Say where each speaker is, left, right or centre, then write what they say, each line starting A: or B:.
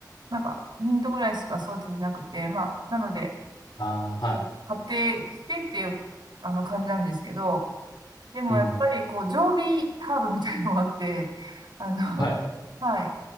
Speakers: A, on the right; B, on the left.
A: なんか、ミントぐらいしか育ててなくて、まあ、なので、
B: ああ、はい。
A: 買ってきてっていう、あの、感じなんですけど、でもやっぱりこう、
B: うん。
A: 常備ハーブみたいのがあって、<laughs> あの、
B: はい。
A: はい。